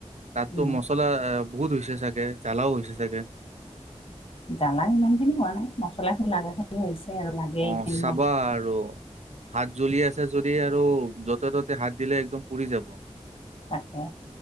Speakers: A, on the right; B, on the left.
A: তাতো
B: উম
A: মছলা। বহুত হৈছে চাগে জ্বালাও হৈছে চাগে।
B: জ্বালা ইমান খিনি হোৱা নাই মছলা খিনি লাগা। হৈছে আৰু লাগে।
A: অ'
B: এইখিনি
A: চাবা
B: ন
A: আৰু। হাত জ্বলি আছে যদি আৰু য'তে ত'তে হাত দিলে একদম পুৰি যাব।
B: তাকে